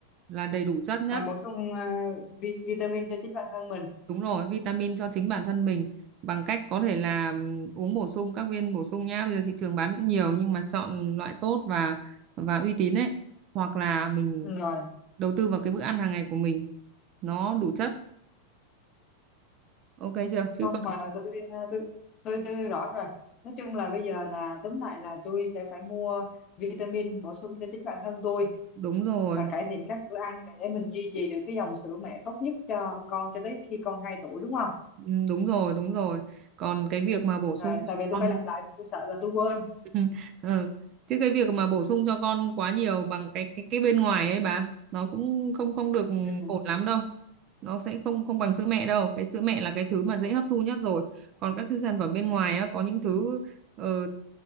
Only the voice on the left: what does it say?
À, bổ sung à, vi- vitamin cho chính bản thân mình.
Ừ, Rồi.
không
mà tôi à, tôi tôi, tôi rõ rồi nói chung là bây giờ là tóm lại là tôi sẽ phải mua vitamin bổ sung cho chính bản thân tôi
và cải thiện các bữa ăn để mình duy trì được cái dòng sữa mẹ tốt nhất cho con cho tới khi con 2 tuổi đúng không
rồi
tại vì tôi
phải lặp lại vì tôi sợ là tôi quên
ừ,